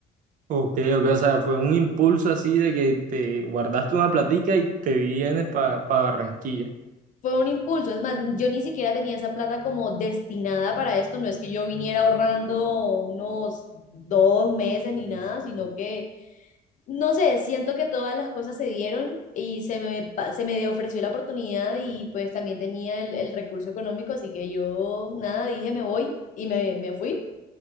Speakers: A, on the right; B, on the left.
A: Ok, ok, o sea, fue un impulso así de que te guardaste una platica y te vienes para Barranquilla.
B: fue un impulso. Es más, yo ni siquiera tenía esa plata como destinada para esto. No es que yo viniera ahorrando unos dos meses ni nada, sino que no sé, siento que todas las cosas se dieron y se me, pa- se me ofreció la oportunidad y pues también tenía el, el recurso económico, así que yo nada, dije me voy y me, me fui